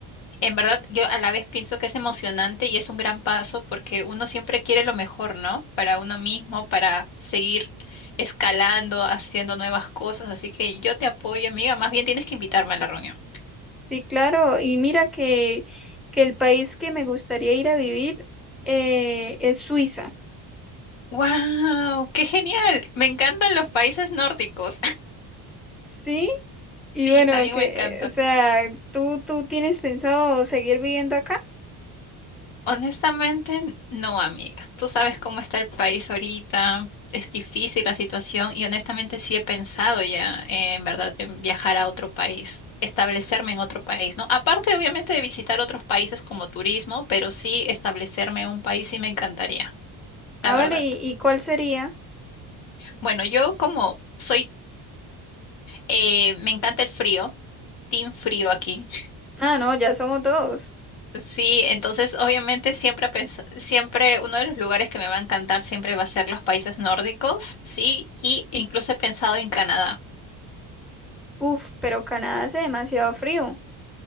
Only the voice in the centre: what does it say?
Sí, claro. Y mira que, que el país que me gustaría ir a vivir eh, es Suiza.
Sí. Y
bueno,
que,
o sea, ¿tú, tú tienes pensado seguir viviendo acá?
Ah,
vale. ¿Y, y cuál sería?
Ah, no, ya somos dos.
Uf, pero Canadá hace demasiado frío.